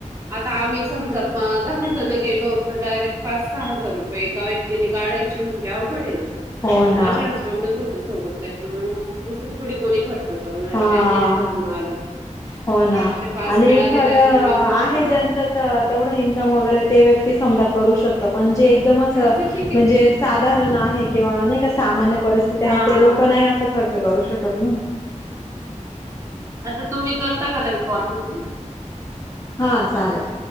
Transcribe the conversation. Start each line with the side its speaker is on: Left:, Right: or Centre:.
Right: आता आम्ही समजा पा दहा जण गेलो होत डायरेक्ट पाच सहा हजार रुपये एकावेळी तिने गाडायची म्हणजे अवघड एना.
Left: हो ना
Right: माझे हजबंडच होते सोबत त्याच्या मग दुसरीकडे कोणी फत जगणंय
Left: हा
Right: त्यांनीच करणं आलं.
Left: हो ना,
Right: ते पास
Left: आणि
Right: मिळाले
Left: एखादं
Right: त्याच्यामुळे बरं
Left: आहे
Right: झालं
Left: ज्यांच तं तेवढं इन्कम वगेरे ते व्यक्ती समजा करू शकतं पण जे एकदमच
Right: हा त्यांचं
Left: अ
Right: ठीक आहे
Left: म्हणजे
Right: खूप
Left: साधारण आहे किंवा नैका सामान्य परिस्थिती आहे
Right: हा
Left: ते लोकं
Right: हा
Left: नाही असं खर्र त करू शकत ना?
Right: आता तुमी करता का ताई पॉल तिकडून?
Left: हा चालेल.